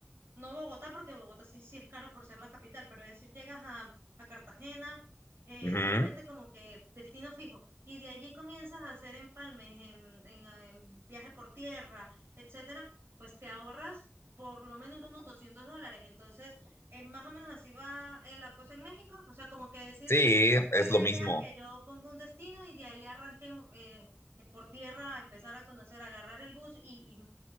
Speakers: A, on the right; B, on the left.
A: no Bogotá, porque Bogotá sí, sí es caro por ser la capital, pero es decir, llegas a, a Cartagena, eh,
B: ujú,
A: solamente como que destino fijo, y de allí comienzas a hacer empalmes en, en, ah, en viaje por tierra, etcétera, pues te ahorras por lo menos unos 200 dólares. Entonces, eh, más o menos así va eh, la cosa en México. O sea, como que decir,
B: sí,
A: es buena
B: es lo mismo.
A: idea que yo ponga un destino y de ahí arranque eh, por tierra a empezar a conocer, agarrar el bus y, y